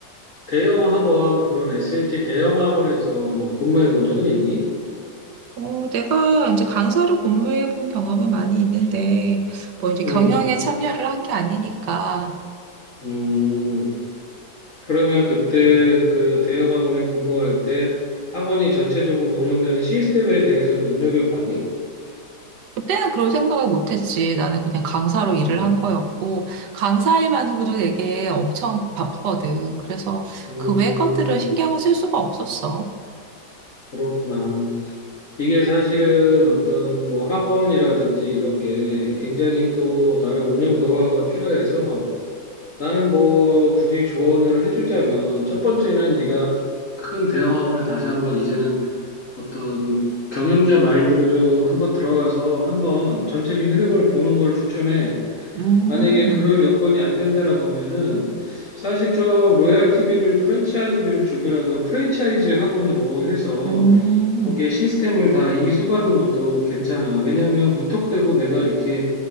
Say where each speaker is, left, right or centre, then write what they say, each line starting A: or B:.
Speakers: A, on the left; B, on the right.
A: 대형 학원, 그런 SAT 대형 학원에서 뭐 근무해 본 적은 있니?
B: 어, 내가 이제 강사로 근무해 본 경험은 많이 있는데, 뭐 이제
A: 음,
B: 경영에 참여를 한 게 아니니까,
A: 음. 그러면 그때 그 대형 학원에 근무할 때 학원이 전체적으로 운영되는 시스템에 대해서 눈여겨봤니?
B: 그때는 그런 생각을 못 했지. 나는 그냥 강사로 일을
A: 음,
B: 한 거였고, 강사 일만으로도 되게 엄청 바쁘거든. 그래서
A: 음,
B: 그 외 것들을 신경을 쓸 수가 없었어.
A: 그렇구나. 이게 사실은 어떤 뭐 학원이라든지 이런 게 굉장히 또 다른 운영 노하우가 필요해서 나는 뭐 굳이 조언을 해주자면 첫 번째는 네가 큰 대형 학원에 다시 한번 이제는 어떤 경영자 마인드로 좀 한번 들어가서 한번 전체적인 흐름을 보는 걸 추천해.
B: 음,
A: 만약에 그럴 여건이 안 된다라고 하면은 사실 좀 로얄티비를 프랜차이즈비를 주더라도 프랜차이즈 학원으로 해서
B: 음.
A: 거기에 시스템을 다 이수받는 것도 괜찮아. 왜냐하면 무턱대고 내가 이렇게